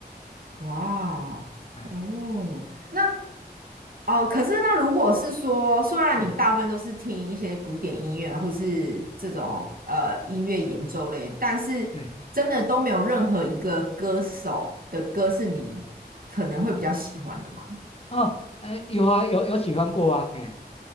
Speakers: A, on the right; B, on the left.
A: 哇，
B: 哎，
A: 哦，那哦，可是那如果是说，虽然你大部分都是听一些古典音乐啊或是这种呃音乐演奏类，
B: 对
A: 但是真的都没有任何一个歌手的歌是你可能会比较喜欢的吗？
B: 对，哦，哎，有啊，有有喜欢过啊，哎，